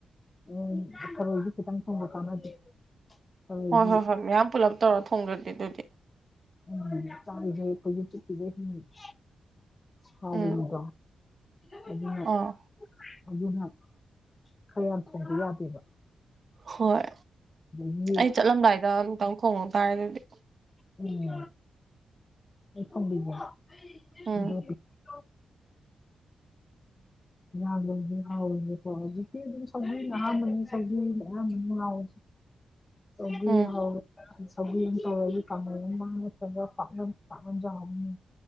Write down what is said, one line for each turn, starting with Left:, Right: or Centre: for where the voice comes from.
Left: ꯎꯝ ꯊꯔꯣꯏꯗꯤ ꯈꯤꯇꯪ ꯊꯣꯡꯕ ꯀꯥꯟꯅꯗꯦ ꯊꯔꯣꯏꯗꯤ
Right: ꯍꯣꯏ ꯍꯣꯏ ꯍꯣꯏ ꯃꯌꯥꯝ ꯄꯨꯂꯞ ꯇꯧꯔ ꯊꯣꯡꯗ꯭ꯔꯗꯤ ꯑꯗꯨꯗꯤ
Left: ꯎꯝ <unintelligible> ꯍꯥꯎꯕꯤꯅꯤꯗꫭ
Right: ꯎꯝ
Left: ꯑꯗꯨꯅ
Right: ꯑꯥ
Left: ꯑꯗꯨꯅ ꯈꯔ ꯌꯥꯝ ꯊꯣꯡꯗ ꯌꯥꯗꯦꯕ
Right: ꯍꯣꯏ
Left: ꯑꯗꯒꯤ
Right: ꯑꯩ ꯆꯠꯂꯝꯗꯥꯏꯗ ꯑꯃꯨꯛꯇꯪ ꯈꯣꯡꯉꯨꯇꯥꯥꯔꯦ ꯑꯗꯨꯗꯤ
Left: ꯎꯝ ꯑꯩ ꯊꯝꯕꯤꯕ
Right: ꯎꯝ
Left: <unintelligible> ꯑꯗꯒꯤ <unintelligible> ꯍꯧꯖꯤꯛꯇꯤ ꯑꯗꯨꯝ ꯁꯧꯒ꯭ꯔꯤꯅ ꯑꯍꯟꯕꯅꯤ ꯁꯧꯒ꯭ꯔꯤꯅ <unintelligible> ꯁꯧꯒ꯭ꯔꯤ
Right: ꯎꯝ
Left: ꯍꯥꯎꯏ ꯁꯧꯒ꯭ꯔꯤ <unintelligible> ꯀꯥꯡꯍꯧ <unintelligible> ꯄꯥꯛ ꯄꯥꯛꯅꯝꯁꯨ ꯍꯥꯎ ꯅꯤ